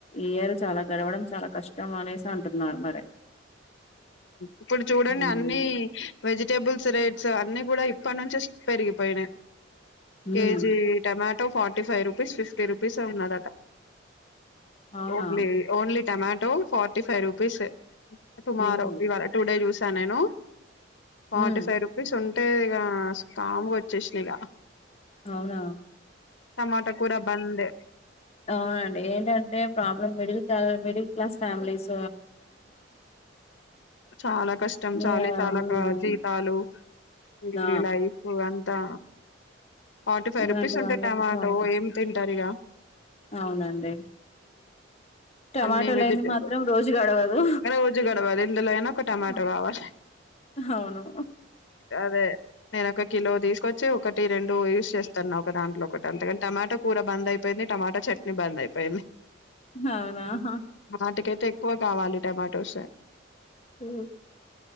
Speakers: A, on the left (about 35°); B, on the left (about 65°).
A: ఇయర్ చాలా గడవడం చాలా కష్టం అనేసి అంటున్నారు మరి
B: ఇప్పుడు చూడండి
A: ఉమ్
B: అన్ని వెజిటేబుల్స్ రే సో అన్ని కూడా ఇప్పటి నుంచే పెరిగిపోయినాయి KG
A: ఉమ్
B: tomato forty five rupees fifty rupees ఉన్నదట
A: అవునా
B: only only tomato forty five rupees tomorrow
A: ఉమ్
B: ఇవా టుడే జూ స్తా నేను ఫార్టీ
A: ఉమ్
B: ఫైవ్ రుపీస్ ఉ అంటే ఇక కామ్గా వచ్చేసిన ఇగ
A: అవునా
B: టమాటా కూర బంద్
A: అవునండి ఏంటంటే ప్రబ్ మిడిల్ క మిడిల్ క్లాస్ ఫ్యామలీస్
B: చాలా కష్టం చాలీ
A: ఇగ
B: చాలాకా
A: ఉమ్
B: జీతాలు ఈ
A: ఆ
B: లైఫ్ అంతా ఫార్టీ ఫైవ్
A: ఇలాంటి
B: రుపీస్ ఉంటాయి
A: వాళ్ళకు
B: టమాటో
A: చాలా కష్టం
B: ఏం తింటారు ఇగ
A: అవునండి టమాటో
B: అన్ని వెజిటేబుల్
A: లేంది మాత్రం రోజు గడగదు
B: రోజు గడవదు ఎందులో అయినా ఒక టమాటో
A: హ
B: కావాలి
A: అవును
B: అదే నేన ఒక కిలో తీసుకొచ్చి ఒకటి రెండు యూజ్ చేస్తున్నా ఒక దాంట్లో ఒకటి అంతకని టమాటా కూర బంద్ అయిపోయింది టమాటా చట్నీ బంద్ అయిపోయింది
A: అవునా హా
B: వాటికైతే ఎక్కువ కావాలి టొమాటోస్
A: అ